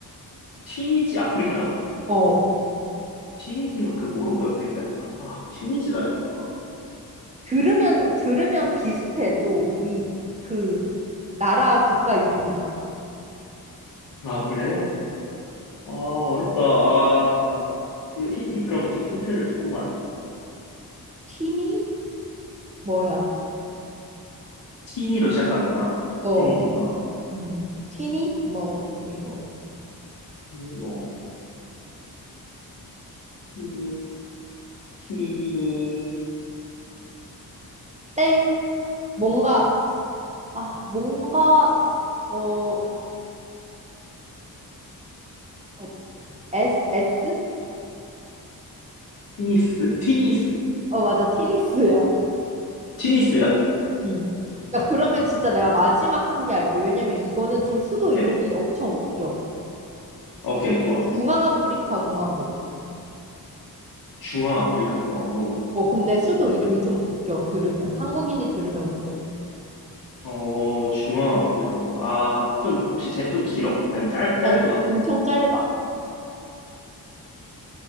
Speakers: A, on the left; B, on the right.
A: 티니지 아프리카잖아.
B: 어
A: 티니지가 그 모로코 옆에 있는다니까. 아, 티니지다 이거.
B: 들으면 들으면 비슷해 또 이 그 나라 국가 이름이랑
A: 아, 아 그래? 아, 어렵다. 아, 히- 히- 히- 그럼 좀 힌트를 조금만.
B: 티니 뭐야
A: 티니로 시작하는구나.
B: 어
A: 티니지가.
B: 음, 티니 뭐 이거야
A: 음, 뭐, 티니, 티니크?
B: 땡 뭔가 아 뭔가 어, 어 S S
A: 티니스? 티니스?
B: 어 맞아 티니스야
A: 티니스야?
B: 음. 야, 그러면 진짜 내가 마지막 한 개 알게. 왜냐면 이거는 좀 수도
A: 오케이.
B: 이름이 엄청 웃겨.
A: 오케이, 좋아.
B: 중앙아프리카 공화국.
A: 중앙 아프리카 공화국.
B: 어, 근데 수도 이름이 좀 웃겨, 들으면. 한국인이 들으면 웃겨.
A: 어, 중앙 아프리카 공화국. 아, 좀, 혹시 제, 좀 길어? 아니면 짧, 짧구나.
B: 아니, 엄청 짧아.